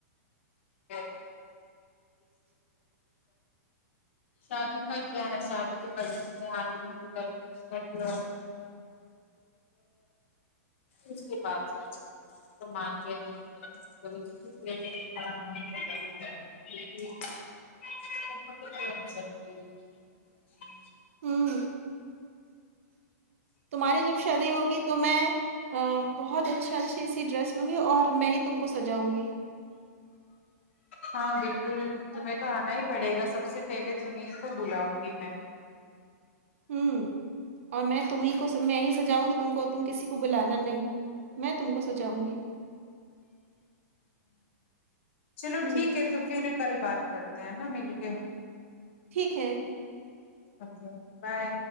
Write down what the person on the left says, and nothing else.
<inaudible> شادی کا کیا ہے شادی تو پڑی ہے آگن کر پھر اس کے بعد سونچیگے <unintelligible> <inaudible>
ہاں بالکل تمہیں تو انا ہی پڑے گا سب سے پہلے تمہی کو بلاؤں گی میں
چلو
ٹھیک ہے تو پھر کل بات کرتے ہیں نا مل کے
اوکے بائے